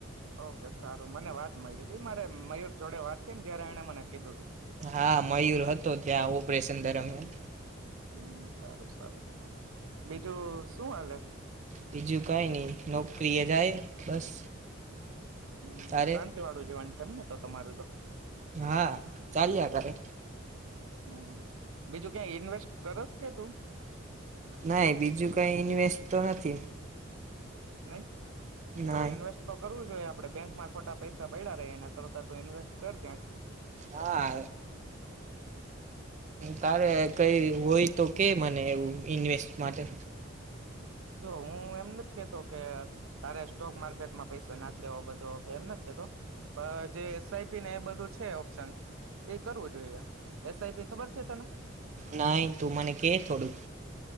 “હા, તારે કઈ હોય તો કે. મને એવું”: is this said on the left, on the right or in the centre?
Right